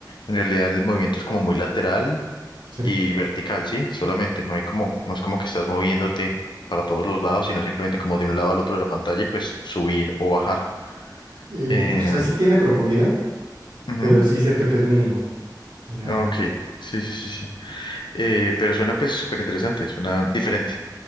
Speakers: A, on the left; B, on the right.
A: En realidad el movimiento es como muy lateral
B: Sí.
A: y vertical, ¿sí? Solamente, no hay como, no es como que estás moviéndote para todos los lados, sino simplemente como de un lado al otro de la pantalla y pues subir o bajar.
B: Eh,
A: Eh,
B: o sea, sí tiene profundidad,
A: ujú,
B: pero sí es cierto que es mínimo. O sea,
A: Ok, sí, sí, sí, sí. Eh, pero suena pues súper interesante, suena diferente.